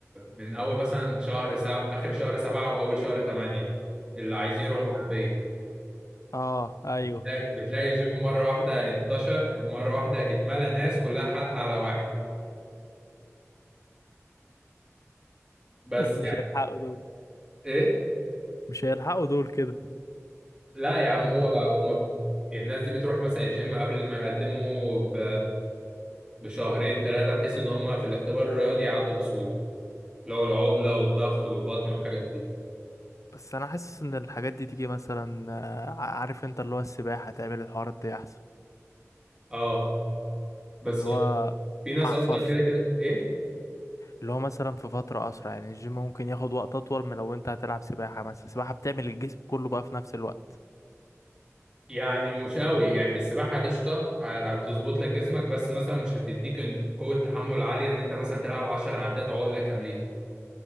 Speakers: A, on the right; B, on the left.
A: من اول مثلا شهر سبعة اخر شهر سبعة واول شهر تمانية اللي عايزين يروحوا
B: مم.
A: حربية
B: اه ايوه
A: بتلاقي بتلاقي الجيم مرة واحدة انتشر مرة واحدة اتملى ناس كلها حلقة على واحد بس
B: <laughs> مش
A: يعني
B: هيلحقوا دول
A: ايه
B: مش هيلحقوا دول كده
A: لا يا عم هو هما ب- الناس دي بتروح مثلا الجيم قبل ما يقدموا ب... بشهرين ثلاثة بحيث ان هما في الاختبار الرياضي يعدوا بسهولة اللي هو العقلة والضغط والبطن والحاجات دي
B: بس انا حاسس ان الحاجات دي تيجي مثلا آه، عارف انت اللي هو السباحه تعمل الحوارات دي احسن
A: اه بس
B: اللي هو
A: في ناس
B: عفف
A: اصلا كده كده ايه
B: اللي هو مثلا في فتره اسرع يعني الجيم ممكن ياخد وقت اطول من لو انت هتلعب سباحه مثلا السباحه بتعمل الجسم كله بقى في نفس الوقت
A: يعني مش قوي يعني السباحة قشطة هتظبط لك جسمك بس مثلا مش هتديك إن- قوة تحمل عالية ان انت مثلا تلعب 10 عدات عقلة كاملين